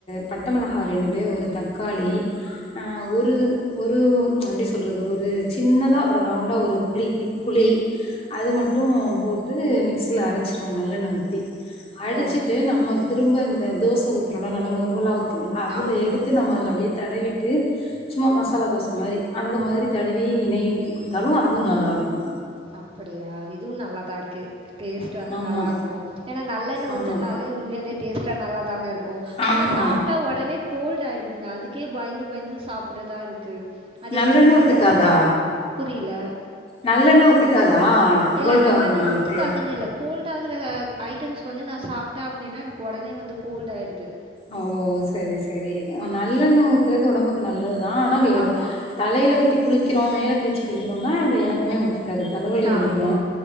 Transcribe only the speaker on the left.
பட்டை மிளகா ரெண்டு ஒரு தக்காளி ஆ ஒரு ஒரு எப்டி சொல்றது ஒரு சின்னதா ஒரு ரவுண்டா ஒரு புளிகி புளி அது மட்டு போட்டு மிக்சியில அரச்சிருவே நல்லெண்ண ஊத்தி அடிச்சிட்டு
நம்ம திரும்ப இந்த தோச ஊத்துறோலா நல்லா முருகலா ஊத்துவோல அதுல
எடுத்து நம்ம அதுல அப்டியே தடவிட்டு சும்மா மசாலா தோச மாரி அந்த மாதிரி தடவி நெய் ஊத்தி குடுத்தாலு அதுவு நல்லாருக்கு
ஆமா,
ஆமா.
ஆமா
நல்லெண்ண
ஒத்துக்காதா
நல்லெண்ண ஒத்துக்காதா
கோல்டு
ஆகுமா உங்களுக்கு
ஓ சரி சரி ஆ நல்லெண்ண ஊத்துறது உடம்புக்கு நல்லதுதா ஆனா இங்கய
தலைல ஊத்தி குளிக்கிறோ மேல தேய்ச்சு குளிக்கிறோனா எனக்குமே ஒத்துக்காது தலவலி வந்துரு